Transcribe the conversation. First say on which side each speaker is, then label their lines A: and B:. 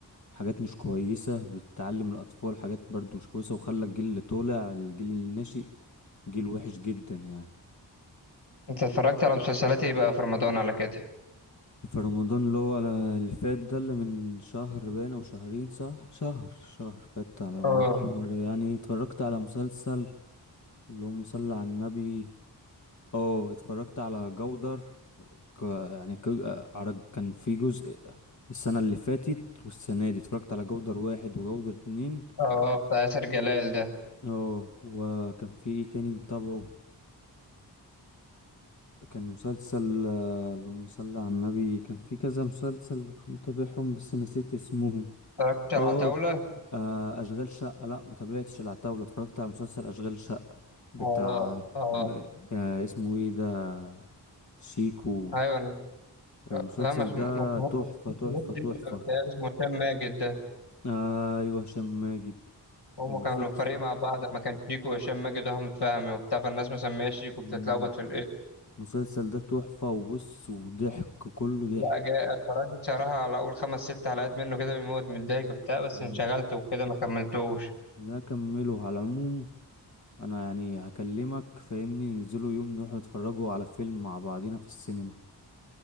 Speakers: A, on the left; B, on the left.
A: حاجات مش كويسة بتعلم الأطفال حاجات برضو مش كويسة وخلى الجيل اللي طالع الجيل اللي ناشئ جيل وحش جدا يعني
B: انت اتفرجت على مسلسلات ايه بقى في رمضان على كده
A: في رمضان اللي هو على- اللي فات ده اللي من شهر باين أو شهرين صح شهر شهر فات على رمضان
B: اه
A: شهر يعني اتفرجت على مسلسل اللهم صل على النبي اه اتفرجت على جودر ك- يعني ك- عرج- كان في جزء السنة اللي فاتت والسنة دي اتفرجت على جودر واحد وجودر اتنين
B: اه بتاع ياسر جلال ده
A: اه وكان في ايه تاني متابعه كان مسلسل آه، اللهم صل على النبي كان في كذا مسلسل كنت متابعهم بس نسيت اسمهم
B: اتفرجت على
A: اه
B: عتاولة
A: آه، اشغال شقة لا ما تابعتش العتاولة اتفرجت على مسلسل اشغال شقة بتاع
B: اه اه
A: ب... ب... اسمه ايه ده شيكو
B: ايوه
A: المسلسل
B: لا مش
A: ده
B: مش مش
A: تحفة تحفة
B: مش-
A: تحفة
B: اسمه هشام ماجد ده
A: آه، ايوه هشام ماجد
B: هم
A: المسلسل
B: كانوا فريق مع بعض ما كان شيكو وهشام ماجد واحمد فهمي وبتاع فالناس مسميه شيكو
A: مم.
B: بتتلخبط في الاسم
A: المسلسل ده تحفة وبص وضحك كله ضحك
B: لا جاي اتفرجت بصراحة على أول خمس ست حلقات منه كده بيموت من الضحك وبتاع بس
A: مم.
B: انشغلت وكده ما كملتوش
A: لا كمله على العموم انا يعني هكلمك فاهمني ننزلوا يوم نروح نتفرجوا على فيلم مع بعضينا في السينما